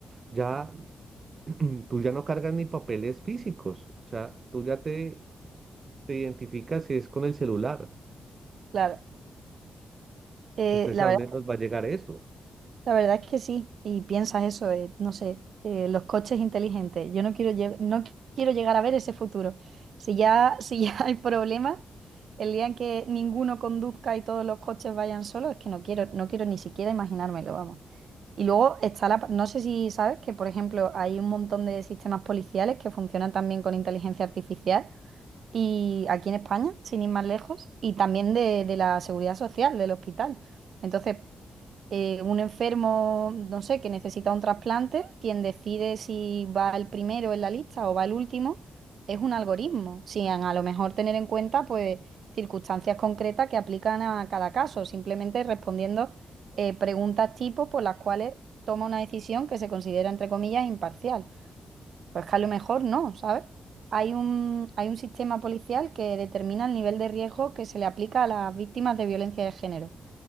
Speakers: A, on the right; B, on the right.
A: ya <clears throat> tú ya no cargas ni papeles físicos, o sea, tú ya te, te identificas y es con el celular.
B: Claro, eh,
A: Entonces,
B: la
A: ¿a
B: verdad
A: dónde nos va a llegar eso?
B: La verdad es que sí, y piensas eso, eh, no sé, eh, los coches inteligentes. Yo no quiero, lle- no quiero llegar a ver ese futuro. Si ya, <laughs> si ya hay problemas, el día en que ninguno conduzca y todos los coches vayan solos, es que no quiero, no quiero ni siquiera imaginármelo, vamos. Y luego está la, pa- no sé si sabes que, por ejemplo, hay un montón de sistemas policiales que funcionan también con inteligencia artificial, y aquí en España, sin ir más lejos, y también de, de la seguridad social, del hospital. Entonces, eh, un enfermo, no sé, que necesita un trasplante, quien decide si va el primero en la lista o va el último, es un algoritmo, sin a lo mejor tener en cuenta pues circunstancias concretas que aplican a cada caso, simplemente respondiendo eh, preguntas tipo por las cuales toma una decisión que se considera, entre comillas, imparcial. Pues que a lo mejor no, ¿sabes? Hay un, hay un sistema policial que determina el nivel de riesgo que se le aplica a las víctimas de violencia de género.